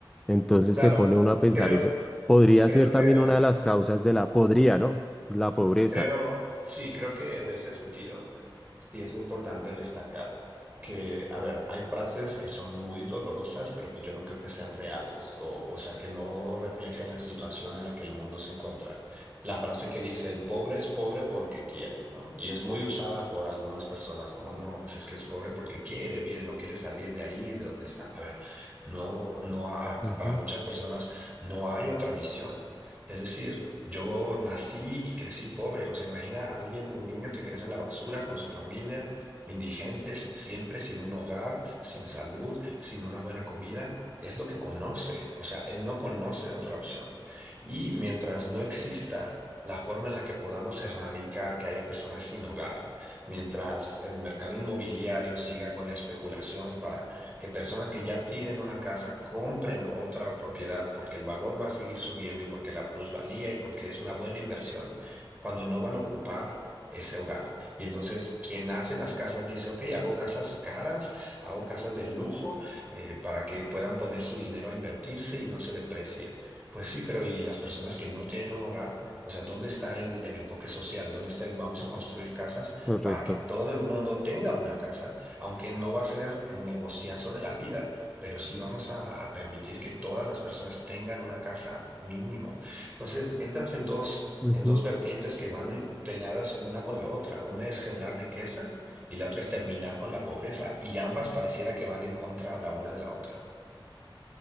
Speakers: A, in the centre; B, on the right (about 20°).
A: Entonces
B: claro.
A: se pone uno a pensar
B: Creo,
A: eso. Podría
B: creo
A: ser
B: que...
A: también una de las causas de la, podría, ¿no? La pobreza.
B: Creo, sí, creo que en este sentido sí es importante destacar que, a ver, hay frases que son muy dolorosas, pero que yo no creo que sean reales, o, o sea, que no reflejen la situación en la que el mundo se encuentra. La frase que dice, el pobre es pobre porque quiere, ¿no? Y es muy usada por algunas personas como, no, pues es que es pobre porque quiere, mire, no quiere salir de ahí, de donde está. A ver, no, no, a-
A: Ujú,
B: para muchas personas no hay otra visión. Es decir, yo nací y crecí pobre. O sea, imagina a alguien, un niño que crece en la basura con su familia, indigentes, siempre sin un hogar, sin salud, sin una buena comida. Es lo que conoce. O sea, él no conoce otra opción. Y mientras no exista la forma en la que podamos erradicar que haya personas sin hogar, mientras el mercado inmobiliario siga con la especulación para que personas que ya tienen una casa compren otra propiedad porque el valor va a seguir subiendo y porque la plusvalía y porque es una buena inversión cuando no van a ocupar ese hogar. Y entonces quien hace las casas dice, ok, hago casas caras, hago casas de lujo eh, para que puedan poner su dinero a invertirse y no se deprecie. Pues sí, pero ¿y las personas que no tienen un hogar? O sea, ¿dónde está el, el enfoque social? ¿Dónde está el vamos a construir casas
A: correcto.
B: para que todo el mundo tenga una casa? aunque no va a ser el negociazo de la vida, pero sí vamos a, a permitir que todas las personas tengan una casa mínimo. Entonces, entras en dos,
A: Ujú.
B: en dos vertientes que van peladas una con la otra. Una es generar riqueza y la otra es terminar con la pobreza, y ambas pareciera que van en contra la una de la otra.